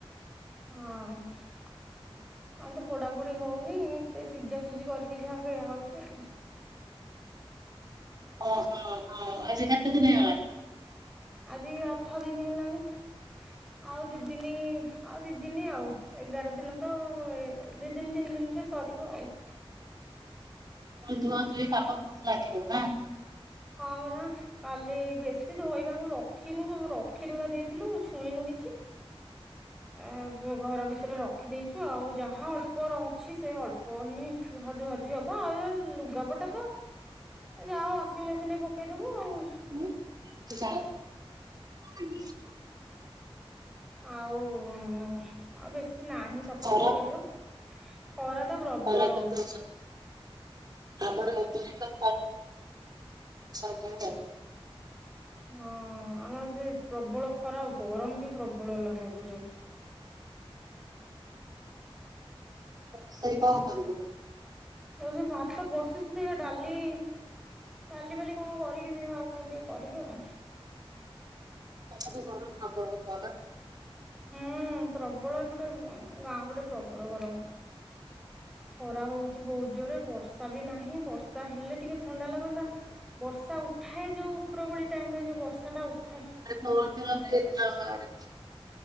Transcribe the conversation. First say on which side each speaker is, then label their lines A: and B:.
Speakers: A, in the centre; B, on the right.
A: ହଁ। ଆଉ ତ ପୋଡାପୋଡି ହଉନି ସେ ସିଝାସୁଝି କରିକି ଯାହା ଖ ଖାଉଛି ଆ
B: ଓହୋ ଓ ଆଜି ସାତ ଦିନ୍ ହେଇଗଲାଣି।
A: ଆଜି ଆଠ ଦିନ୍ ହେଲାଣି। ଆଉ ଦିଦିନି ଆଉ ଦିଦିନି ଆଉ ଏଗାର ଦିନ ତ ଦି ଦିନ୍ ତିନ୍ ଦିନ୍ରେ। କରିବ ଆଉ।
B: ପ ଧୁଆ ଧୁଇ କାମ ବୋହୁତ୍ ଲାଗିବ ନା।
A: ହଁ ପରା। କାଲି ବେଶୀ ଧୋଇବାକୁ ରଖିନୁ ସବୁ ରଖି ରା ଦେଇଥିଲୁ ଛୁଇଁନୁ କିଛି। ଆଉ ଏବେ ଘର ଭିତରେ ରଖ୍ ଖିଦେଇଛୁ ଆଉ ଯାହା ଅଳ୍ପ ର ଅଛି ସେ ଅଳ୍ପ ହିଁ ଯାହା ଧୁଆଧୁଇ ହବ ଆଉ ଏ ଲୁଗାପଟା ଵ ଯାହା ୱାସିଂ ମେସିନରେ ପକେଇଦବୁ ଆଉ।
B: ହୁଁ <unintelligible> ଆମିଷ
A: ଆଉ ଆଉ ବେଶୀ ନାହିଁ ସଫାସଫି
B: ଖରା
A: କରିବାକୁ ଖରା ତ ପ୍ରବଳ
B: ଖରା କେତେ
A: ହଉଛି।
B: ଅଛି ଆମର <unintelligible> ବର୍ଷା ଉଠେଇବ।
A: ହଁ ଆମର ସେ ପ୍ରବଳ ଖରା ଆଉ ଗରମ ବି ପ୍ରବଳ ଲା ହଗୁଛି।
B: ରୋଷେଇ କଣ କରିବ?
A: ହଉ ସେ ଭାତ ବସିଛି ଦେଖିଆ ଡାଲି ଡାଲି ଫାଲି କଣ କରିକି ଦେଖିଆ ଆଉ କଣ ଟିକେ କରିବି ଆଉ।
B: ପଛକୁ ଗରମ ପ୍ରବଳ ହଉଥିବନା?
A: ହମ୍ ପ୍ରବଳ ଏପଟେ ଗାଁ ପଟେ ପ୍ରବଳ ଗରମ। ଖରା ହଉଛି ବହୁ ଜୋରରେ ବର୍ଷା ବି ନାହିଁ ବର୍ଷା ହେଲେ ଟିକେ ଥଣ୍ଡା ଲାଗନ୍ତା। ବର୍ଷା ଉଠାଏ ଯୋଉ ଉପରବଳି ଟାଇମ ରେ ଯୋଉ ବର୍ଷା ଟା ଉଠାଏ
B: ପରଦିନ ବି ହେଇଥିଲା ଅମା ଆଡ଼େ।